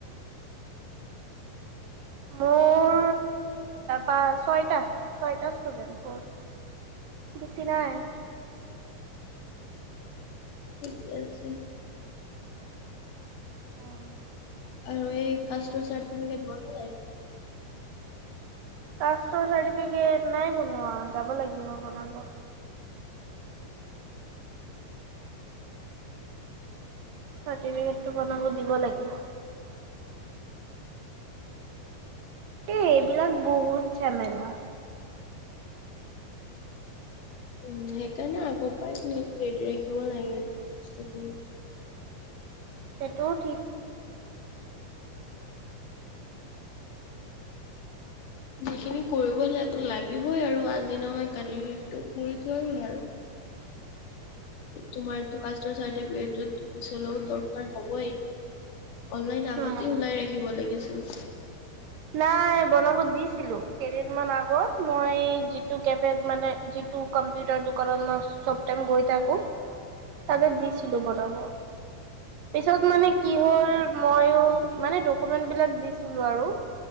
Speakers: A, on the right; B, on the left.
A: মোৰ প ছয়টা, ছয়টা ষ্টুডেন্ট মোৰ বেছি নাই
B: থিকে আছে
A: অম <inaudible>
B: আৰু এই কাষ্টৰ চাৰ্টিফিকেট বনা নাই
A: কাষ্টৰ চাৰ্টিফিকেট নাই বনোৱা যাব লাগিব বনাব চাৰ্টিবিকেতো বনাবো দিব লাগিব এই এইবিলাক বহুত ঝামেলা
B: উ সেইকাৰণে আগৰ পৰাই চ ৰেডি ৰাখিব লাগে বস্তুখিনি
A: সেইটোও ঠিক
B: যিখিনি কৰিবই ল লাগিবই আৰু আজি নহয় কালিটো কৰি থোৱা ভাল
A: <inaudible>
B: তোমাৰটো কাষ্টৰ চাৰ্টিফিকেটতো পিছলৈও দৰকাৰ হ'বই। অনলাইন আগতে
A: নাই।
B: ওলাই ৰাখিব লাগিছিল।
A: নাই বনাব দিছিলোঁ কেইদিনমান আগত মই যিটো কেফেত মানে দি টো কম্পিউটাৰ দোকানত মই চব টাইম গৈ থাকোঁ। তাতে দিছিলোঁ বনাবৰ। পিছত মানে কি হ'ল ময়ো মানে ডকুমেন্টবিলাক দিছিলোঁ আৰু।